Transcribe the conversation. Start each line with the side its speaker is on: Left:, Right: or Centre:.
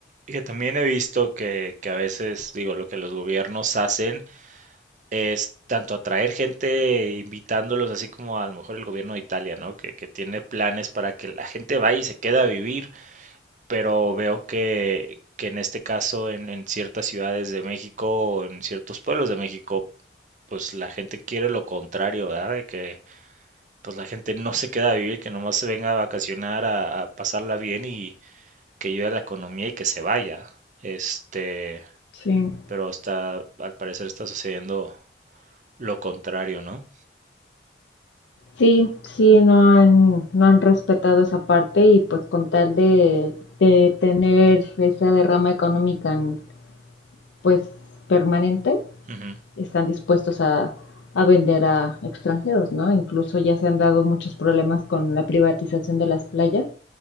Right: que también he visto que, que a veces, digo, lo que los gobiernos hacen es tanto atraer gente invitándolos, así como a lo mejor el gobierno de Italia, ¿no? Que, que tiene planes para que la gente vaya y se queda a vivir, pero veo que, que en este caso en, en ciertas ciudades de México o en ciertos pueblos de México, pues la gente quiere lo contrario, ¿verdad? De que pues la gente no se queda a vivir, que nomás se venga a vacacionar, a, a pasarla bien y, que ayude a la economía y que se vaya. Este,
Left: Sí.
Right: pero está, al parecer está sucediendo lo contrario, ¿no?
Left: Sí, sí, no han, no han respetado esa parte y pues con tal de, de tener esa derrama económica en- pues permanente,
Right: Ujú,
Left: están dispuestos a, a vender a extranjeros, ¿no? Incluso ya se han dado muchos problemas con la privatización de las playas,